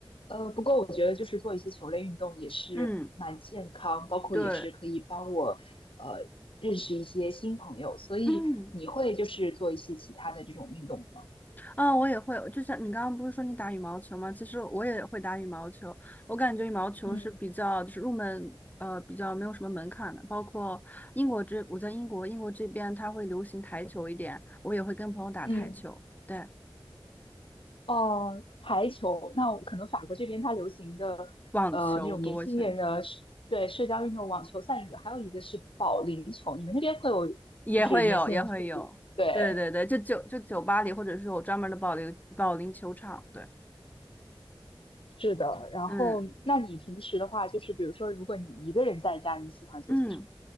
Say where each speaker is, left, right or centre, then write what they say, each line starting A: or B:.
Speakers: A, on the left; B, on the left.
A: 呃，不过我觉得就是做一些球类运动也是蛮健康，
B: 嗯，
A: 包括也是可以帮我呃认识一些新朋友。
B: 对，
A: 所以你会就是做一些其他的这种运动吗？
B: 嗯。啊，我也会，就像你刚刚不是说你打羽毛球吗？其实我也会打羽毛球，我感觉羽毛球是比较就是入门，
A: 嗯
B: 呃，比较没有什么门槛的。包括英国这，我在英国，英国这边它会流行台球一点，我也会跟朋友打台球，
A: 嗯，
B: 对，
A: 哦，台球，那我可能法国这边它流行的，
B: 网球多一些，
A: 呃，那种年轻人的社对，社交运动，网球算一个，还有一个是保龄球。你们那边会有，
B: 也会有，
A: 就是年轻人去，
B: 也会有，
A: 对，
B: 对对对，就酒就酒吧里，或者是有专门的保龄保龄球场，对，
A: 是的。然后，
B: 嗯
A: 那你平时的话，就是比如说，如果你一个人在家，你喜欢做些什么？
B: 嗯。